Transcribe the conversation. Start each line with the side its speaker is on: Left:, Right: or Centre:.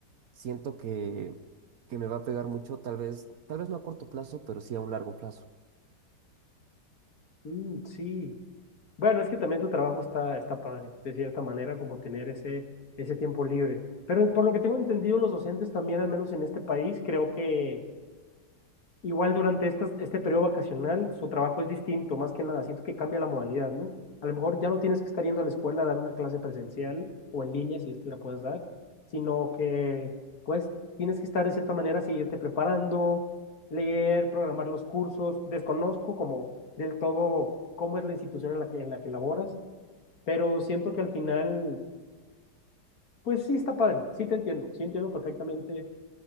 Right: siento que, que me va a pegar mucho, tal vez, tal vez no a corto plazo, pero sí a un largo plazo.
Left: mm, sí. Bueno, es que también tu trabajo está, está padre, de cierta manera, como tener ese, ese tiempo libre. Pero por lo que tengo entendido, los docentes también, al menos en este país, creo que igual durante estas, este periodo vacacional, su trabajo es distinto, más que nada. Siento que cambia la modalidad, ¿no? A lo mejor ya no tienes que estar yendo a la escuela a dar una clase presencial o en línea, si es que la puedas dar, sino que, pues, tienes que estar de cierta manera, seguirte preparando, leer, programar los cursos. Desconozco como del todo cómo es la institución en la que, en la que laboras pero siento que al final, pues sí está padre, sí te entiendo, sí entiendo perfectamente